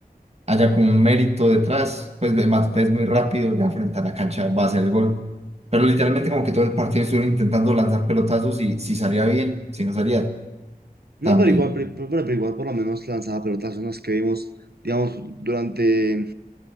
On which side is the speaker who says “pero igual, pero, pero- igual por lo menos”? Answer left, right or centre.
Right